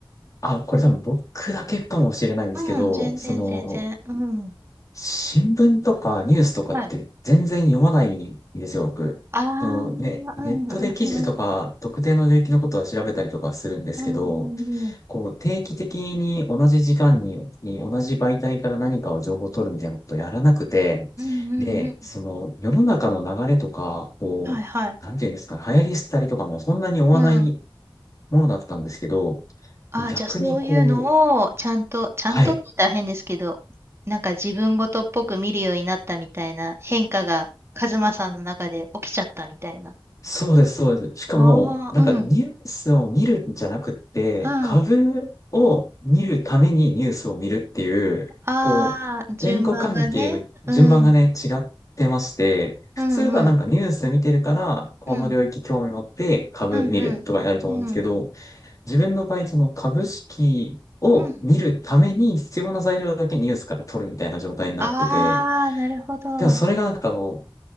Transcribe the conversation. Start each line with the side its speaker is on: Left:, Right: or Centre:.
Left: あ、これ多分僕だけかもしれないんですけど、
Right: うん全然全然うん
Left: その、新聞とかニュースとかって全然読まないんですよ、
Right: はい
Left: 僕。
Right: ああ、
Left: そのね、
Right: うんうんうん。
Left: ネットで記事とか特定の領域のことは調べたりとかするんですけど、
Right: うんうんうん。
Left: こう定期的に同じ時間に、に同じ媒体から何かを情報を取るみたいなことをやらなくて、
Right: うんうん
Left: で、
Right: うん。
Left: その世の中の流れとか、こう、
Right: はいはい。
Left: なんていうんですかね、流行り廃りとかもそんなに追わない
Right: うん。
Left: ものだったんですけど、
Right: ああ、
Left: 逆にこう、
Right: じゃあそういうのをちゃんと、ちゃんとって言ったら変ですけど、
Left: はい。
Right: なんか自分ごとっぽく見るようになったみたいな変化が、カズマさんの中で起きちゃったみたいな。あ
Left: そうです、そうです。しかも、
Right: あ、
Left: なんかニュースを見るんじゃなくって、
Right: うん。うん。
Left: 株を見るためにニュースを見るっていう、
Right: ああ、
Left: こう、
Right: 順番がね。
Left: 前後関係が、順番がね、
Right: うん。
Left: 違ってまして、普通はなんかニュース見てるから、
Right: うんうん。
Left: この領域興味持って株見るとかやると思うんですけど、
Right: うん。うんうん。うん。
Left: 自分の場合、その株式を見るために必要な材料だけニュースから取るみたいな状態になってて、
Right: うん。ああ、なるほど。うん
Left: でもそれがなんかこう、